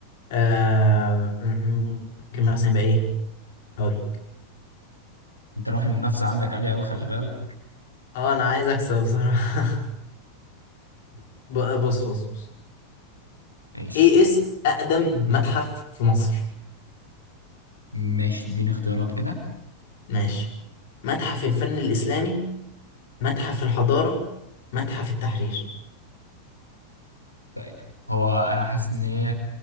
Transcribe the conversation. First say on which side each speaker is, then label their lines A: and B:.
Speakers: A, on the left (about 55°); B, on the left (about 85°).
A: آه، م- م- ممكن مثلا يبقى ايه هقول لك
B: انت روح المنافسه عندك عاليه قوي خلي بالك
A: اه انا عايز اكسب بصراحة <laughs> ب- بص بص بص
B: ماشي
A: ايه اسم اقدم متحف في مصر
B: ماشي اديني اختيارات كده
A: ماشي متحف الفن الاسلامي متحف الحضارة متحف التحرير
B: طيب هو انا حاسس ان هي